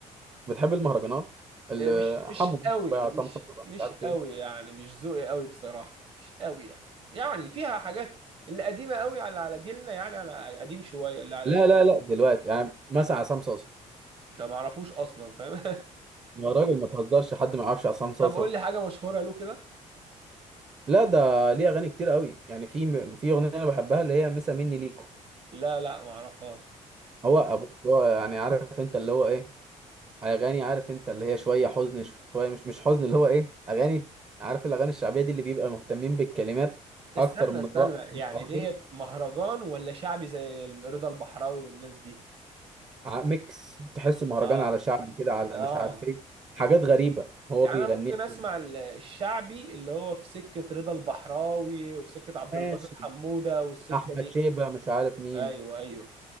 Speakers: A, on the right; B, on the right.
A: بتحب المهرجانات اللي
B: إيه، مش مش
A: حمو بيكا
B: قوي
A: بقى عصام
B: مش
A: صاصا
B: مش
A: مش عارف
B: قوي
A: ايه
B: يعني مش ذوقي قوي بصراحة مش قوي يعني يعني فيها حاجات اللي قديمة قوي على على جيلنا يعني على قديم شوية اللي على
A: لا
B: جيل
A: لا لا دلوقتي يعني مثلا عصام صاصا
B: ده ما اعرفوش اصلا فاهم
A: يا راجل ما تهزرش حد ما يعرفش عصام
B: <laughs>
A: صاصا
B: طب قول لي حاجة مشهورة له كده
A: لا ده ليه اغاني كتير قوي يعني في في اغنيه انا بحبها اللي هي مسا مني ليكو
B: لا لا ما اعرفهاش
A: هو بص هو يعني عارف انت اللي هو ايه اغاني عارف انت اللي هي شويه حزن شويه مش مش حزن اللي هو ايه اغاني عارف الاغاني الشعبيه دي اللي بيبقى مهتمين بالكلمات
B: استنى
A: اكتر من
B: استنى
A: الرقص
B: يعني
A: مش عارف
B: ديت
A: ايه
B: مهرجان ولا شعبي زي رضا البحراوي والناس دي
A: ع- ميكس تحسه مهرجان
B: اه
A: على شعبي كده على
B: اه
A: مش عارف ايه حاجات غريبه هو
B: يعني
A: بيغنيها
B: انا ممكن اسمع
A: كده.
B: ال- الشعبي اللي هو في سكة رضا البحراوي وفي سكة عبد
A: ماشي
B: الباسط حمودة والسكة
A: احمد
B: دي
A: شيبه مش عارف مين
B: ايوه ايوه